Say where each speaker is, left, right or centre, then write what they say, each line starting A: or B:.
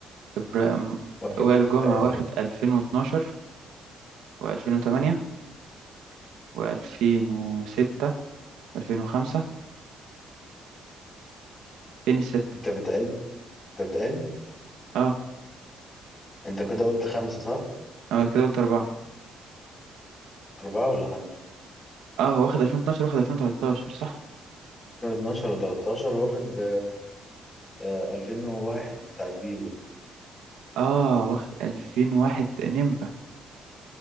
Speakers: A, on the right (about 85°); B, on the left (about 25°).
A: إبراهيم
B: واخد
A: وائل
B: ستة
A: جمعة
B: يعني
A: واخد ألفين واتناشر وألفين وتمانية وألفين وستة وألفين وخمسة فين الستة
B: أنت بتعد أنت بتعد
A: اه
B: أنت كده قلت خمسة صح؟
A: أنا كده قلت أربعة
B: أربعة ولا خمسة؟
A: اه واخد ألفين واتناشر واخد ألفين وتلاتاشر صح
B: 2012 و13 واخد آه، 2001 بتاعت بيبو
A: اه واخد ألفين واحد نيمبا